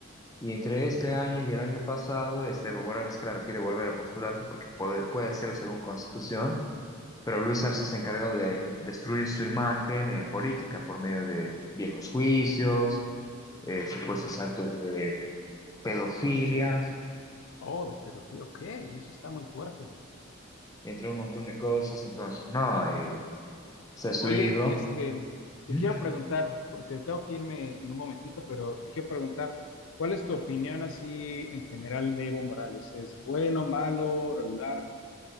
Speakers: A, on the left; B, on the left.
A: Y entre este año y el año pasado, este Evo Morales, claro, quiere volver a postularse porque puede, puede hacerlo según Constitución. pero Luis Arce se ha encargado de destruir su imagen eh, política por medio de viejos juicios, eh, supuestos actos de pedofilia,
B: corrupción. Oh, de pedofilia, ok, eso está muy fuerte.
A: entre un montón de cosas. Entonces, no, eh, se ha destruido.
B: Oye, este, te
A: ¿Mm?
B: quiero preguntar, porque tengo que irme en un momentito, pero te quiero preguntar, ¿cuál es tu opinión así en general de Evo Morales? ¿Es bueno, malo, regular?